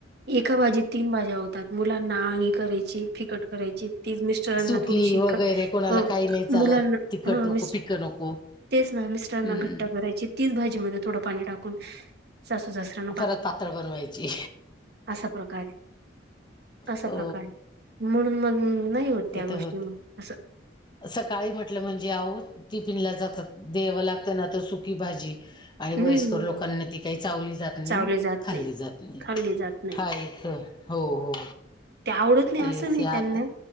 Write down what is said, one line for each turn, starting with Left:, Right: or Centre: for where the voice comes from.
Right: एका भाजी तीन भाज्या होतात मुलांना आंगी करायची. फिकट करायची ती मिस्टरांना
Left: सुकी
Right: थोडीशी
Left: वगैरे कोणाला
Right: मुलांना
Left: काही नाही चालत तिखट नको
Right: मि
Left: पिकं नको
Right: तेच ना मिश्रांना
Left: हम्म
Right: घट्ट करायची तीच भाजी म थोडं पाणी टाकून. सस्तू शस्त्र.
Left: परत पात्र बनवायची.
Right: असा प्रकारे असा
Left: हो
Right: प्रकारे म्हणून मग नाही हो.
Left: ते
Right: त्या गोष्टी
Left: तर होत
Right: अस.
Left: सकाळी म्हटलं म्हणजे आह टिफिन ला जातात द्यावं लागतं ना तर सुकी भाजी आणि
Right: हम्म
Left: वयस्कर लोकांना ती काय चावली जात नाही
Right: चावले जात
Left: खाल्ली
Right: नाही
Left: जात नाही.
Right: खाल्ले जात नाही
Left: ठाई हीत हो हो
Right: ते आवडत नाही
Left: तेच
Right: असं नाही त्यांना
Left: आत